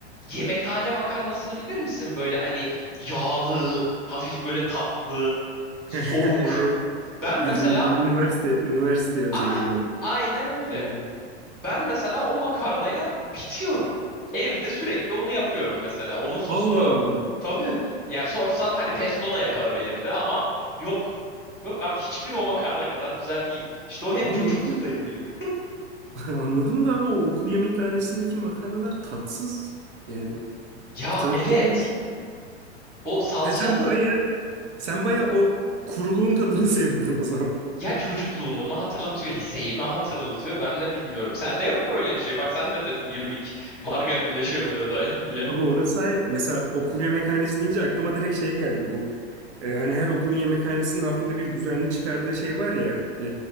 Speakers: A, in the centre; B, on the right.
A: yemekhane makarnasını bilir misin? Böyle hani yağlı, hafif böyle tatlı, soğuk.
B: <laughs> Evet.
A: Ben mesela
B: Bildiğim gibi üniversite, üniversite özelinde
A: aha
B: oldu.
A: aynen öyle.
B: Evet.
A: Ben mesela o makarnaya bitiyorum. Evde sürekli onu yapıyorum mesela. Onun sosunu
B: Allah
A: o.
B: Allah.
A: Tabii. Yani sorsan hani pesto da yaparım elimde ama yok. Yok abi hiçbiri o makarna kadar güzel değil. İşte o hep
B: Oğlum
A: çocuklukla
B: iyi de.
A: ilgili. <laughs>
B: <laughs> Anladım da abi o okul yemekhanesindeki makarnalar tatsız. Yani
A: Ya
B: bir tadı
A: evet.
B: tuzu yok bir şey.
A: O salçalı
B: He sen baya, sen baya o kuruluğun tadını <laughs> sevdin o zaman.
A: Ya çocukluğumu mu hatırlatıyor, liseyi mi hatırlatıyor ben de bilmiyorum. Sende yok mu öyle bir şey? Bak sen de dedin irmik margarinle şey oluyor da <laughs> diye.
B: Abi orası hayır. Mesela okul yemekhanesi deyince aklıma direkt şey geldi bu. E, hani her okulun yemekhanesinin haftada bir düzenli çıkardığı şey var ya. e,